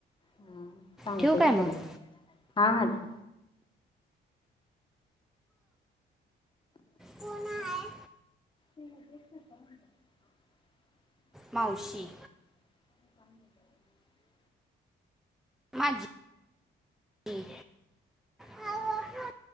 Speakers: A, on the left (about 25°); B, in the centre.
A: हा सांगतो
B: ठेवू काय
A: की
B: मग
A: तिला हा हा ठ
B: कोण हाय
A: <inaudible> <inaudible>
B: मावशी माझी हा